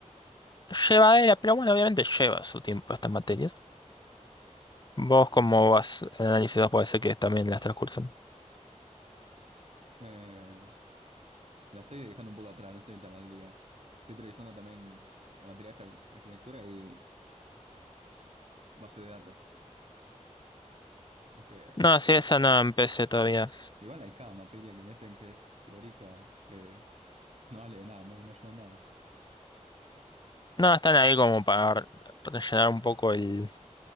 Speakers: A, on the left; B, on the right.
A: Lleva era, pero bueno, obviamente lleva su tiempo estas materias. ¿Vos
B: Sí.
A: cómo vas en análisis 2? Puede ser que también las transcursan.
B: Eh, la estoy dejando un poco atrás, no estoy tan al día. Estoy priorizando también la materia esta, arquitectura y base de datos. Es que
A: No, sí, esa no empecé todavía.
B: igual hay cada materia que meten que es teórica, que no vale de nada, no, no ayuda a nada.
A: No, están ahí como para rellenar un poco el,